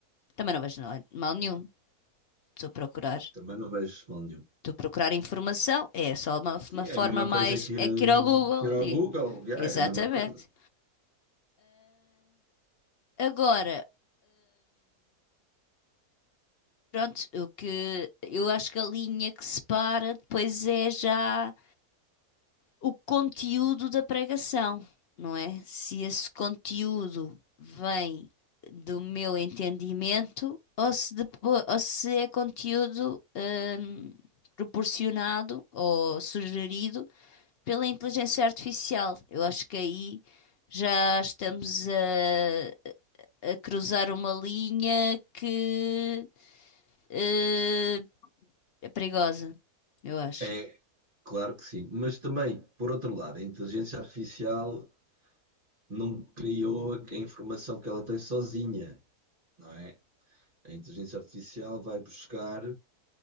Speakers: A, on the left; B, on the right.
A: Também não vejo mal mal nenhum. Estou a procurar,
B: Também não vejo mal nenhum.
A: estou a procurar informação. É só uma,
B: Sim,
A: uma forma
B: é a mesma
A: mais.
B: coisa que
A: É
B: ir, eh,
A: que ir ao Google.
B: que ir ao
A: E,
B: Google, já,
A: exatamente.
B: é a mesma coisa.
A: Agora, pronto, o que eu acho que a linha que separa depois é já o conteúdo da pregação, não é? Se esse conteúdo vem do meu entendimento ou se, depois, ou se é conteúdo hum, proporcionado ou sugerido pela inteligência artificial. Eu acho que aí já estamos a, a cruzar uma linha que eh, é perigosa, eu acho.
B: É, claro que sim. Mas também, por outro lado, a inteligência artificial não criou a informação que ela tem sozinha, não é? A inteligência artificial vai buscar